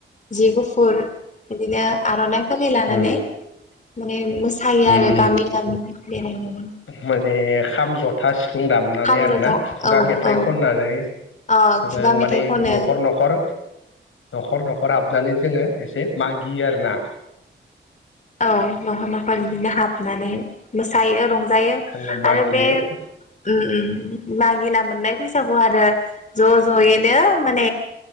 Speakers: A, on the left; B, on the left.
A: जि गुफुर बिदिनो आर'नाइ फालि लानानै
B: अ
A: माने मोसायो
B: उम
A: आरो
B: उम
A: गामि गामि बेरायनानै
B: माने खाम जथा सिफुं दामनानै
A: खाम
B: आरोना
A: जथा
B: खुगा
A: औ
B: मेथाइ
A: औ
B: खननानै जोङो
A: ओ खुगा
B: माने
A: मेथाइ खनो
B: न'खर न'खर न'खर न'- खर हाबनानै जोङो एसे मागियो आरो ना
A: औ न'हर न'खर बिदिनो हाबनानै मोसायो रं- जायो
B: जोङो मागियो
A: आरो बे उम उम लागिना मोननाय फैसाखौ आरो ज' ज'यैनो माने